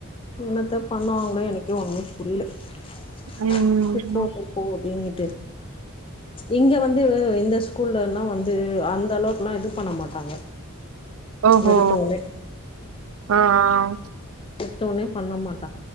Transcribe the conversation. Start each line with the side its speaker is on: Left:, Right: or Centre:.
Left: என்னத்த பண்ணுவாங்களோ எனக்கே ஒன்னுமே புரில <unintelligible>
Right: ம்
Left: அப்படின்னு
Right: ம் ம்.
Left: இரு ட்டு இங்க வந்து இந்த ஸ்கூல்ல எல்லா வந்து அந்த அளவுக் குல்லா இது பண்ண மாட்டாங்க
Right: ஓஹோ
Left: எடுத்தோனே
Right: ஆ அ
Left: த்தோனே பண்ண மாட்